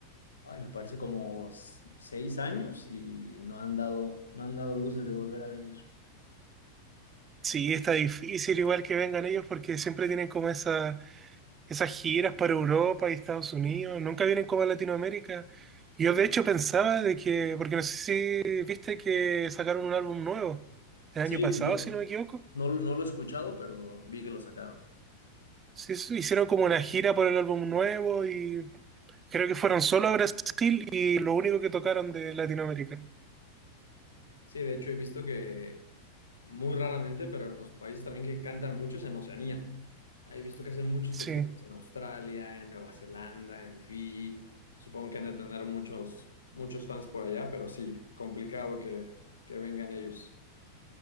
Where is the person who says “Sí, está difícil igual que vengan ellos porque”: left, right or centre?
Right